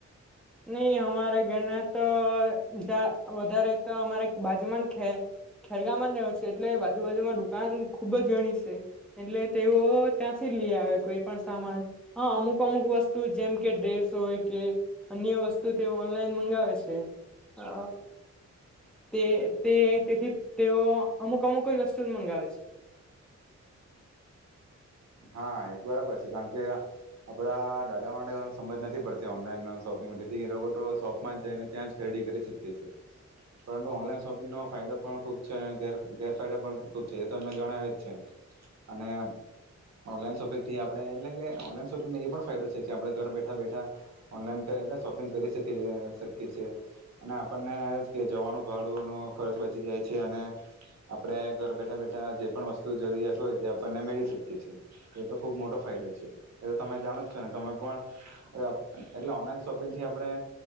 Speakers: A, in the centre; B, on the right.
A: નઈ હમારા ઘરના... તો વધારે તો અમારે બાજુમાં ખે ખેરગામમાં રહું છે, એટલે બાજુ બાાજુમાં દુકાન ખુબ જ ઘણી છે, એટલે તેઓ ત્યાંથી જ લઈ આવે કોઈ પણ સામાન હા અમુક અમુક વસ્તુ જેમ કે ડ્રેસ હોય કે... અન્ય વસ્તુ તેઓ ઓનલાઈન મંગાવે છે, અ તે તે તેથી તેઓ અમુક અમુક જ વસ્તુ મંગાવે છે.
B: હા એ બરાબર છે કારણ કે આપડા દાદા માટે સમજ નથી પડતી ઓનલાઈનનો શોપિંગ તેથી એ લોકો તો શોપમાં જઈને ત્યાં જ ખરીદી કરી શકીએ છે, પરંતુ ઓનલાઈન શોપિંગનો ફાયદો પણ ખૂબ છે ને ગેર ગેરફાયદા પણ ખૂબ છે, એ તો અમને જણાવે જ છે અને... ઓનલાઈન શોપિંગથી આપડે એટલે કે ઓનલાઈન શોપિંગને એ પણ ફાયદો છે કે આપડે ઘર બેઠા બેઠા ઓનલાઈન એટલે શોપિંગ કરી શકીએ શકીએ છે, અને આપણને એ જ કે જવાનું ભાડુંનો ખર્ચ બચી જાય છે, અને આપડે ઘર બેઠા બેઠા જે પણ વસ્તુ જરૂરિયાત હોય તે આપણને મેળવી શકીએ છે. એ તો ખુબ મોટો ફાયદો છે, એ તો તમે જાણો જ છો ને તમે પણ એટલે ઓનલાઈન શોપિંગથી આપણે